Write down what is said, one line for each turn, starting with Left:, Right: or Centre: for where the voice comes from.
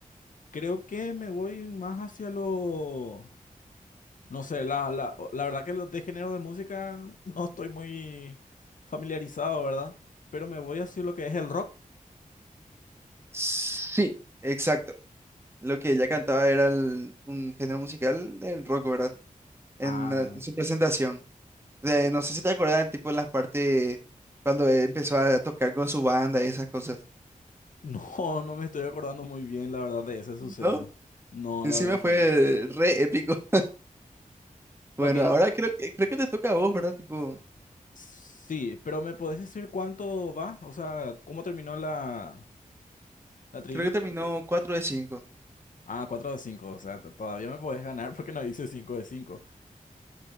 Left: creo que me voy más hacia lo... No sé, la, la, la verdad que los de género de música no estoy muy familiarizado, ¿verdad? Pero me voy hacia lo que es el rock.
Right: Sí, Exacto. Lo que ella cantaba era el- un género musical del rock, ¿verdad? En,
Left: Ah.
Right: eh, su presentación. De-
Left: <laughs>
Right: no sé si te acordás, tipo en las partes cuando eh, empezó a tocar con su banda y esas cosas.
Left: No, no me estoy acordando muy bien, la verdad, de ese suceso.
Right: ¿No?
Left: No,
Right: Encima
Left: la verdad
Right: no. fue
Left: que no.
Right: re épico. <laughs> Bueno,
Left: Ok,
Right: ahora creo Ok. que creo que te toca a vos, ¿verdad? Tipo,
Left: sí, pero ¿me podés decir cuánto va? O sea, ¿cómo terminó la, la trivia?
Right: creo que terminó 4 de cinco.
Left: Ah, 4 de 5. o sea, t- todavía me podés ganar porque no dice 5 de 5.